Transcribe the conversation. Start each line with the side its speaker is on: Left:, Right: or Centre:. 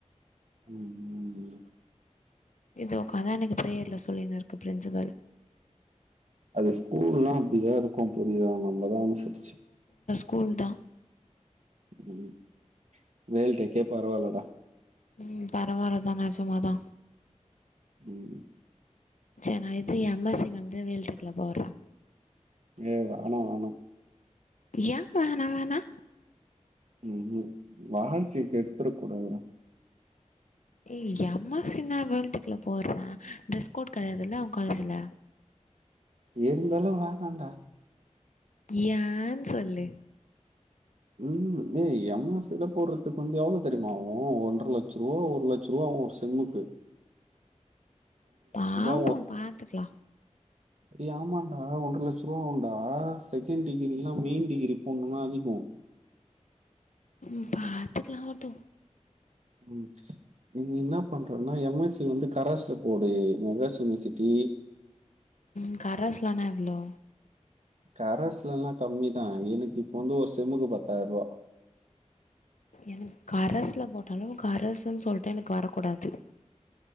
Right: உம் உம் உம்
Left: இது உட்காந்து அன்னைக்கு ஃப்ரேயர்ல சொல்லின் இருக்கு பிரின்சிபெல்
Right: அது ஸ்கூல்லா அப்டிதா இருக்கு புரிதா நம்ம தா அனுசரிச்சு
Left: கூல் தா
Right: உம் வேல் டெக்கே பரவாயில்லடா
Left: உம் பரவாற தா நெஜம்தா
Right: உம்
Left: செ நா இது எம் எஸ் சி வந்து வேல் டேக்ல்ல போட்றே
Right: ஏ வேணா வேணா
Left: யா வேணா வேணா
Right: உம் ஹூ வாழ்க்கைய கேடுத்தூற கூடாதுடா
Left: ஏ எம் எஸ் சி நா வேல்டேக்குல போட்றே டிரெஸ் கோட் கெடையாது இல்ல ஓங் காலேஜில
Right: இருந்தாலு வேணான்டா
Left: யான் சொல்லு
Right: உம் ஏ எம் எஸ் சி லா போட்றதுக்கு வந்து எவ்ளோ தெரியுமா ஆவு ஒன்ற லட்ச ரூபா ஒரு லட்ச ரூபா ஆவு செம்மூக்கு
Left: பாம்போ
Right: ரூபா
Left: பாத்துக்ல்லா
Right: டேய் ஆமாண்டா ஒன்ற லட்ச ரூவா ஆகுண்டா செகண்ட் டிகிரி எல்லா மெயின் டிகிரி போட்ன்ணுனா அதிகோ
Left: உம் பாத்துக்குல்லா ஓட்டு
Right: உம் நீங் என்ன பண்றன்னா எம் எஸ் சி வந்து கரஸ்ல போடு மெட்ராஸ் யூனிவர்சிட்டி
Left: உம் கரஸ்ல்லனா எவ்ளோ
Right: கரஸ்ல எல்லா கம்மிதா எனக் இப்போ வந்து ஒரு செம்மூக்கு பத்தாயிற ரூவா
Left: எனக் கரஸ்ல போட்டாலு கரசுன்னு சொல்லிட்டு எனக்கு வரக்கூடாது